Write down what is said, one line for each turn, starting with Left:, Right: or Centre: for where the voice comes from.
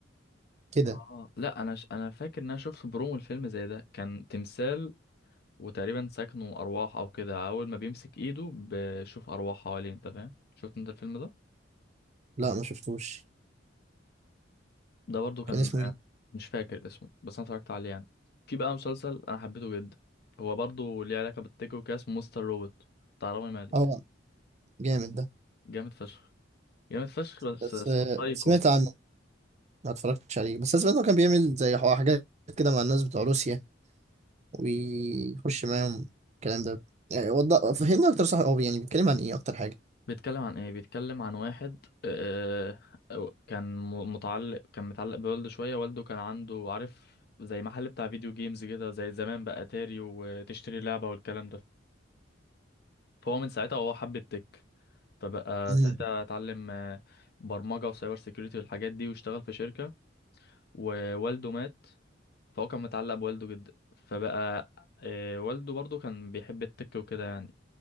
Right: كده
Left: آه. لا أنا ش... أنا فاكر إن أنا شفت برومو الفيلم زي ده كان تمثال وتقريبا سكنه أرواح أو كده أول ما بيمسك إيده بشوف أرواح حواليه أنت فاهم شفت أنت الفيلم ده
Right: لا ما شفتوش
Left: ده برضو كان
Right: كان اسمه إيه؟
Left: مش فاكر اسمه بس أنا اتفرجت عليه يعني في بقى مسلسل أنا حبيته جدا هو برضو ليه علاقة بالتيك وكده اسمه مستر روبوت بتاع رامي مالك
Right: اه جامد ده
Left: جامد فشخ جامد فشخ بس
Right: بس آه،
Left: سايكو
Right: سمعت عنه ما اتفرجتش عليه بس انا سمعت انه كان بيعمل زي حو- حاجات كده مع الناس بتوع روسيا ويخش معاهم الكلام ده يعني وضح فهمني اكتر صح هو يعني بيتكلم عن ايه اكتر حاجه
Left: بيتكلم عن ايه بيتكلم عن واحد آه، أو- كان م- متعلق كان متعلق بوالده شوية والده كان عنده عارف زي محل بتاع فيديو جيمز كده زي زمان بقى اتاري وتشتري لعبة والكلام ده فهو من ساعتها وهو حب التك فبقى
Right: امم
Left: ساعتها اتعلم آه، برمجة وسايبر سيكيورتي والحاجات دي واشتغل في شركة ووالده مات فهو كان متعلق بوالده جدا فبقى آه، والده برضه كان بيحب التك وكده يعني